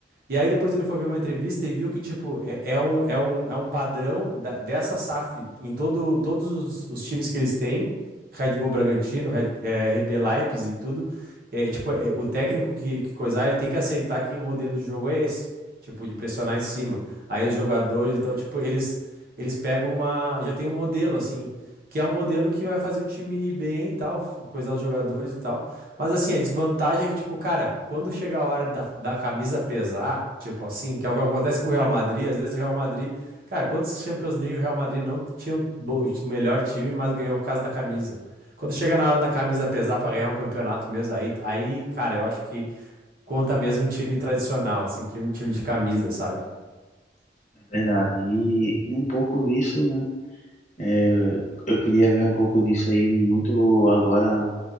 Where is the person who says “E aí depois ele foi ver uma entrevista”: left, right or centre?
Right